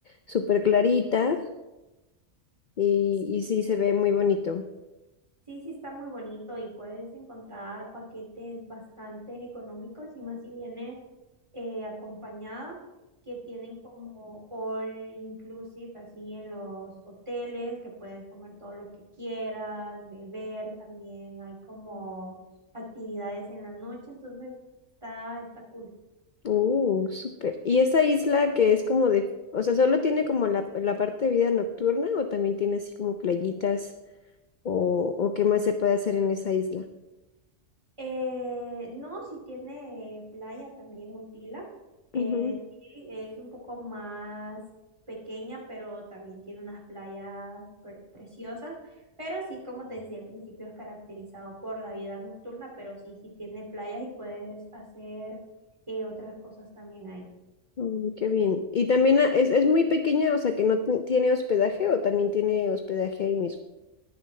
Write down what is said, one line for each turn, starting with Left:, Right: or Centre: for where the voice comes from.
Left: súper clarita y,
Right: Sí,
Left: y sí se ve muy bonito.
Right: sí, sí está muy bonito y puedes encontrar paquetes bastante económicos y más si vienes eh, acompañada, que tienen como all inclusive así en los hoteles, que puedes comer todo lo que quieras, beber, también hay como actividades en la noche, entonces está, está cool.
Left: Uh, súper. ¿Y esa isla que es como de, o sea, solo tiene como la, la parte de vida nocturna o también tiene así como playitas o, o qué más se puede hacer en esa isla?
Right: Eh, no, si tiene eh, playa también Utila. Eh,
Left: Ujú.
Right: sí, es un poco más pequeña, pero también tiene unas playas pre- preciosas. Pero sí, como te decía al principio, es caracterizado por la vida nocturna, pero sí, sí tiene playas y puedes hacer eh, otras cosas también ahí.
Left: Mm, qué bien. ¿Y también ah, es, es muy pequeña, o sea, que no ti- tiene hospedaje o también tiene hospedaje ahí mismo?